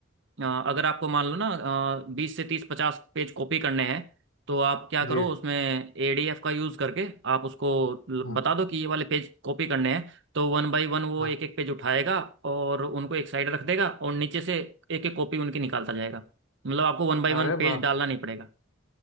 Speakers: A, on the right (about 60°); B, on the left (about 75°).
A: अ, अगर आपको मान लो ना बीस से तीस पचास पेज कॉपी करने हैं तो आप क्या
B: जी
A: करो उसमें एडीएफ का यूज करके आप उसको ल-
B: हाँ
A: बता दो कि ये वाले पेज कॉपी करने हैं तो वन बाय वन वो
B: हाँ
A: एक एक पेज उठाएगा और उनको एक साइड रख देगा और नीचे से एक एक कॉपी उनकी निकालता जाएगा मतलब आपको वन बाय वन
B: अरे
A: पेज
B: वाह
A: डालना नहीं पड़ेगा